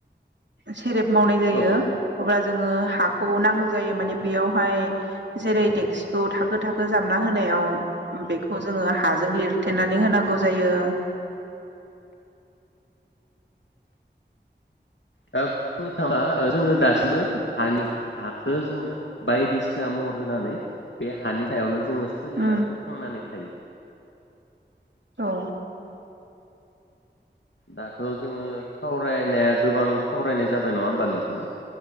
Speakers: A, on the right; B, on the left.
A: खेरेब मावनाय जायो
B: औ
A: अब्ला जोङो हाखौ नांगौ जायो माने बेयावहाय जेरै देक्सिखौ थाखो थाखो जामना होनाय आव बेखौ जोङो हाजों लिरथेनानै होनांगौ जायो।
B: दा बुंनो थांला जोङो दासिमबो हानि हाखौ जोङो बायदिसिना म हर होनानै बे हानि सायावनो जोङो सोलिनानै
A: उम
B: थांनानै थायो।
A: औ
B: दाथ' जोङो सावरायनाया गोबां सावरायनाय जाबाय नङा होमबा नोंथां।